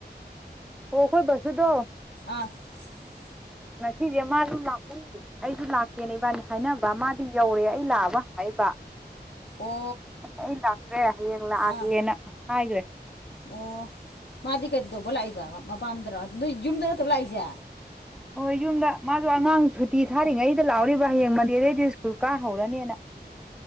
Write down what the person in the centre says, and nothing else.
ꯑꯣ ꯀꯣꯏ ꯁꯨꯗꯣ
ꯉꯁꯤꯁꯦ ꯃꯥꯁꯨ ꯂꯥꯛꯎ ꯑꯩꯁꯨ ꯂꯥꯛꯀꯦꯅꯦ ꯏꯕꯥꯅꯤ ꯍꯥꯏꯅꯕ ꯃꯥꯗꯤ ꯌꯧꯔꯦ ꯑꯩ ꯂꯥꯛꯑꯕ ꯍꯪꯉ ꯄꯥ
ꯑꯩ ꯂꯥꯛꯇ꯭ꯔꯦ ꯍꯌꯦꯡ ꯂꯥꯛꯑꯒꯦꯅ
ꯍꯥꯏꯈ꯭ꯔꯦ
ꯍꯣꯏ ꯌꯨꯝꯗ ꯃꯥꯁꯨ ꯑꯉꯥꯡ ꯁꯨꯇꯤ ꯊꯥꯔꯤꯉꯩꯗ ꯂꯥꯛꯍꯧꯔꯤꯕ ꯍꯌꯦꯡ ꯃꯟꯗꯦꯗꯩꯗꯤ ꯁ꯭ꯀꯨꯜ ꯀꯥ ꯍꯧꯔꯅꯤꯅ